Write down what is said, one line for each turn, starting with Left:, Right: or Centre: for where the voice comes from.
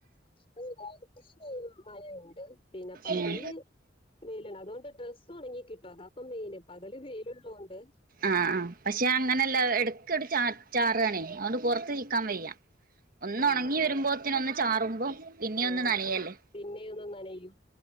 Left: <unintelligible> പിന്നെ പകല്
Right: ഉം
Left: വെയ്ല്ണ്ട് അതോണ്ട് ഡ്രസ്സൊണങ്ങി കി അതാപ്പൊ മെയ്ന് പകല് വെയില്ള്ളോണ്ട്
Right: ആഹ് ആഹ് പക്ഷെ അങ്ങനെല്ല എടക്കട് ചാ ചാറാണേ അതൊണ്ട് പൊർത്ത് ചിക്കാൻ വെയ്യ ഒന്നൊണങ്ങി
Left: ആ ആ
Right: വെരുമ്പോത്തിന് ഒന്ന് ചാറുമ്പൊ പിന്നിം
Left: ആ
Right: ഒന്ന് നനയല്ലേ
Left: ഓ, പിന്നെയൊന്ന് നനയും